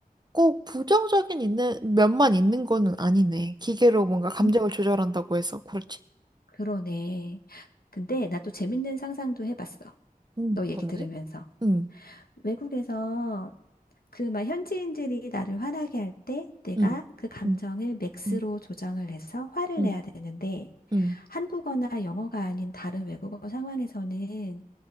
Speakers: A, on the right; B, on the left.
A: 꼭 부정적인 있는 면만 있는 거는 아니네. 기계로 뭔가 감정을
B: 음.
A: 조절한다고 해서. 그렇지.
B: 그러네. 근데 나 또 재밌는 상상도 해봤어.
A: 음,
B: 너 얘기
A: 뭔데?
B: 들으면서.
A: 음,
B: 외국에서 그 막 현지인들이 나를 화나게 할 때 내가
A: 음,
B: 그 감정을
A: 음,
B: 맥스로
A: 음,
B: 조정을 해서 화를
A: 음,
B: 내야 되는데
A: 음.
B: 한국어나 영어가 아닌 다른 외국어 상황에서는